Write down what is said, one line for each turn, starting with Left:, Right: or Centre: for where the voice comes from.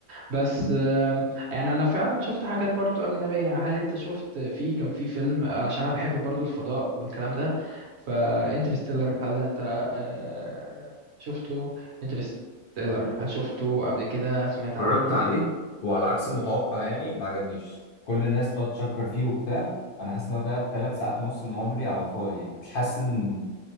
Right: بس آم، يعني انا فعلا شفت حاجات برضو اجنبيه هل انت شفت في كان في فيلم عشان انا بحب برضو الفضاء والكلام ده فانترستيلر هل ده انت آه، شفته انترستيلر هل شفته قبل كده سمعت
Left: اتفرجت
Right: عنه
Left: على ايه؟ وعلى عكس المتوقع يعني ما عجبنيش كل الناس بتقعد تشكر فيه وبتاع أنا حاسس إن أنا ضيعت ثلاث ساعات ونص من عمري على الفاضي يعني مش حاسس إن